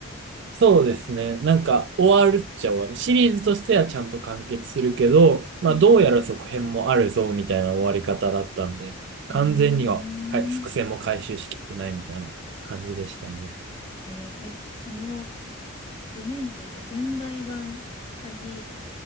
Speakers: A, on the right (about 55°); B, on the left (about 25°).
A: そうですね。なんか、終わるっちゃ終わる。シリーズとしてはちゃんと完結するけど、まあ、
B: うん。
A: どうやら続編もあるぞ、みたいな終わり方だったんで、完全にはかい伏線も回収しきってないみたいな感じでしたね。
B: うーん。えーえ、その地面師、その現代版詐欺